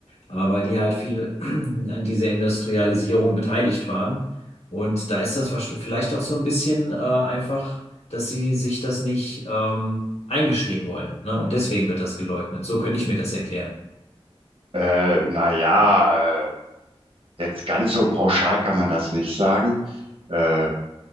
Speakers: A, on the left; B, on the right.
A: aber weil die halt viel <clears throat> an dieser Industrialisierung beteiligt waren. Und da ist das wahrsch- vielleicht auch so ein bisschen äh, einfach, dass sie sich das nicht ähm, eingestehen wollen, ne? Und deswegen wird das geleugnet. So könnte ich mir das erklären.
B: Äh, naja, äh, jetzt ganz so pauschal kann man das nicht sagen. Äh,